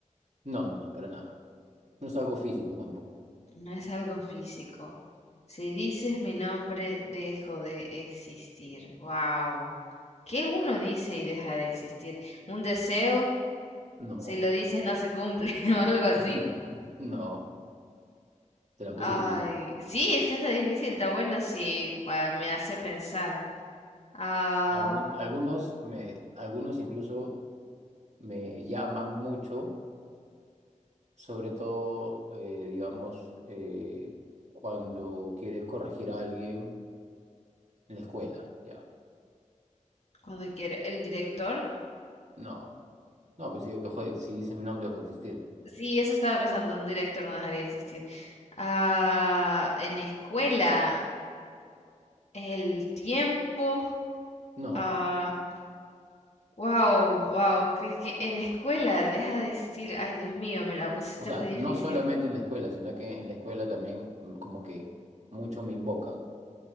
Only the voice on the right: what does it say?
no, no, no, para nada. No es algo físico tampoco.
No.
<laughs> No, te la puse
difícil.
Algun- algunos me, algunos incluso me llaman mucho, sobre todo, eh, digamos, eh, cuando quieres corregir a alguien en la escuela, ya.
No, no, pues si, dejo de- si dices mi nombre, dejo de existir.
No,
o sea,
no solamente en la escuela, sino que en la escuela también mm, como que mucho me invocan,